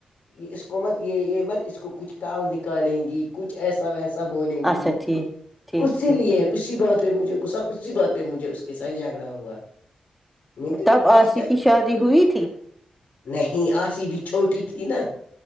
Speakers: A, on the left; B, in the centre.
A: یے اس کو مت یے یے مت اس کو کچھ تال نکالیں گی کچھ ایسا ویسا بولیں
B: اچھا
A: گی
B: ٹھیک ٹھیک
A: اسی
B: ٹھیک
A: لیے
B: ٹھیک
A: اس اسی بات پے مجھے گسا اسی بات پے مجھے اس کے س جگڑا ہوا میں نے
B: تب آسی
A: کہا
B: کی شادی ہوئی تھی
A: نہیں آسی بھی چھوٹی تھی نا